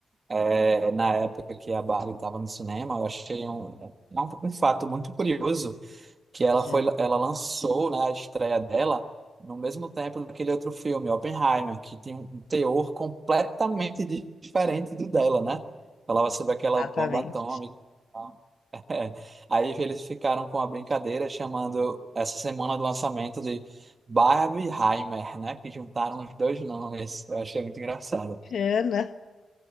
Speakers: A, on the right (about 30°); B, on the left (about 80°).
A: É, na época que a Barbie estava no cinema, eu achei um, um, um fato muito curioso que ela foi,
B: É,
A: ela lançou, né, a estreia dela no mesmo tempo daquele outro filme, Oppenheimer, que tem um teor completamente diferente do dela, né? Falava sobre aquela
B: exatamente.
A: bomba atômica. <laughs> É. Aí eles ficaram com a brincadeira chamando essa semana do lançamento de Barbieheimer, né? Que juntaram os dois nomes. Eu achei muito engraçado.
B: Ana,